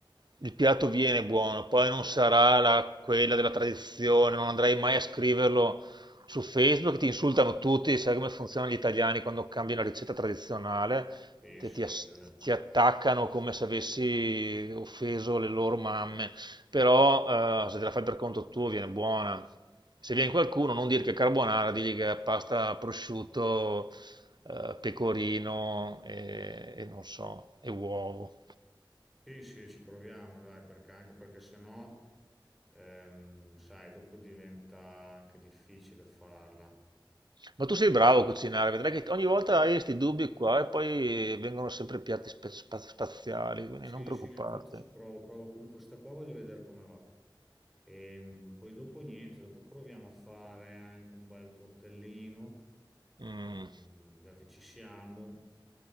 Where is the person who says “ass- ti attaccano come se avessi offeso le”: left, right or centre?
Right